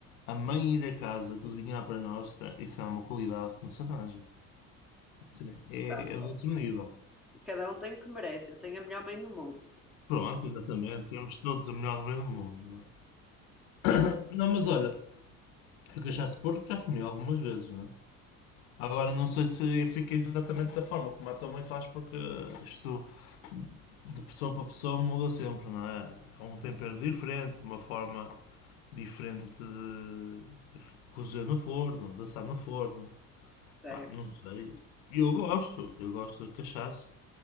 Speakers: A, on the left; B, in the centre.
A: A mãe ir a casa cozinhar para nós, isso é- isso é uma qualidade que não se arranja. Sim. É,
B: Pronto,
A: é de outro nível.
B: Cada um tem o que merece. Eu tenho a melhor mãe do mundo.
A: Pronto, exatamente. Temos todos a melhor do meio do mundo, não é? Não, mas olha, eu cachaça de porco já comi algumas vezes, não é? Agora não sei se fica exatamente da forma como a tua mãe faz, porque isto de pessoa para pessoa muda sempre, não é? É um tempero diferente, uma forma Diferente de cozer no forno, de assar no forno.
B: Sério.
A: Pá, não sei. Eu gosto, eu gosto de cachaça.